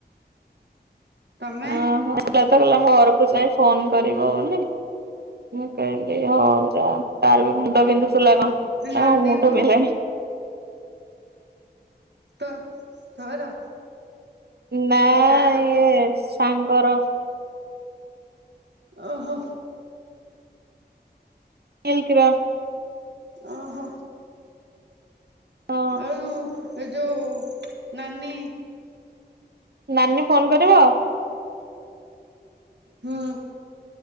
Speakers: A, on the right; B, on the right.
A: ତମେ
B: ଓହୋ କହିଲା ଘରକୁ ଯାଇ ଫୋନ କରିବ ବୋଲି ମୁଁ କହିଲି ହଉ ଯା ତାର ବି ମୁଣ୍ଡ ପିନ୍ଧୁଥିଲା କଣ
A: ନାନୀ
B: କହିଲା ମୁଣ୍ଡ
A: କୁ
B: ବିନ୍ଧିଲାଣି
A: ତୋ ତୋର
B: ନାଁ।
A: କାର
B: ଏ ସାଙ୍ଗର
A: ଓହୋ।
B: ମିଲ୍ଲୀକ ର
A: ଓହୋ
B: ହଁ
A: ଆଳୁ ଏ ଯୋଉ ନାନୀ।
B: ନାନୀ ଫୋନ କରିବ।
A: ହୁଁ।